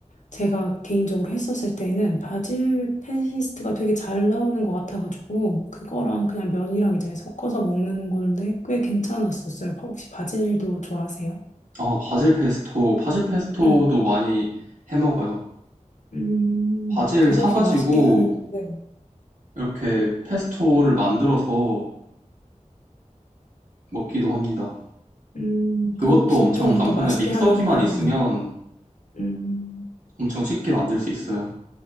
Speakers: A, on the left; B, on the right.
A: 제가 개인적으로 했었을 때는 바질 페이스트가 되게 잘 나오는 것 같아가지고 그거랑 그냥 면이랑 이제 섞어서 먹는 건데 꽤 괜찮았었어요. 혹시 바질도 좋아하세요?
B: 아 바질 페스토, 바질 페스토도
A: 네.
B: 많이 해 먹어요.
A: 음,
B: 바질을
A: 그거
B: 사가지고
A: 혹시 맛있게 하는, 네.
B: 이렇게 페스토를 만들어서 먹기도 합니다.
A: 음,
B: 그것도
A: 그거 혹시
B: 엄청
A: 좀
B: 간편해.
A: 더 맛있게
B: 믹서기만
A: 하는 방법인,
B: 있으면
A: 음,
B: 엄청 쉽게 만들 수 있어요.